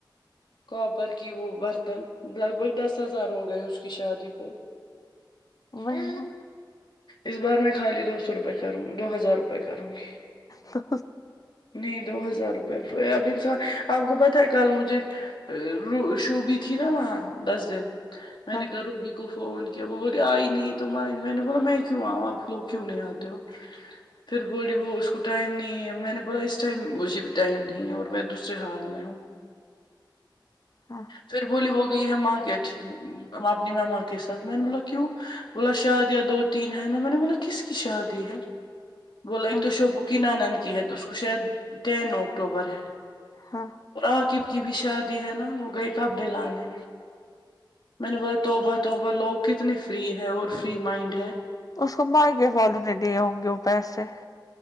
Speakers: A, on the left (about 70°); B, on the left (about 45°).
A: کاپر کی وہ برتن لگ بھگ دس ہزار ہو گئے اس کی شادی پہ
B: وہی
A: ہ
B: نا
A: اس بار میں خالی دو سو روپے کروں گی دو ہزار روپئے کروں گی
B: تو
A: نہیں دو ہزار روپئے اب انسان آپ کو پتہ ہے کل مجھے ر شوبی تھی نا وہاں دس دن میں
B: ہاں
A: نے کہا روبی کو فون کیا وہ بولے آئی نہیں تو میں نے بولا میں کیوں آؤں آپ لوگ کیوں نہیں آتے ہو پھر بولی وہ اس کو ٹائم نہیں ہے میں نے بولا اس ٹائم مجھے بھی ٹائم نہیں ہے اور میں دوسرے حال میں ہوں
B: ہاں
A: پھر بولی وہ گئی ہے مارکیٹ اپنی مما کے ساتھ میں نے بولا کیوں بولا شادیاں دو تین ہیں نا میں نے بولا کس کی شادی ہے بولو ایک
B: ہاں
A: تو شوبو کی ن آانند کی ہے اس کو شاید تٹین اکٹوبر ہے
B: ہاں
A: عاقب کی بھی شادی ہے نا وہ گئی کپ ڈے لانے میں نے بتا توبہ توبہ لوگ کتنی فری ہے اور فری مائنڈ ہے
B: اس کو مارگے والوں نے دیے ہوں گے وہ پیسے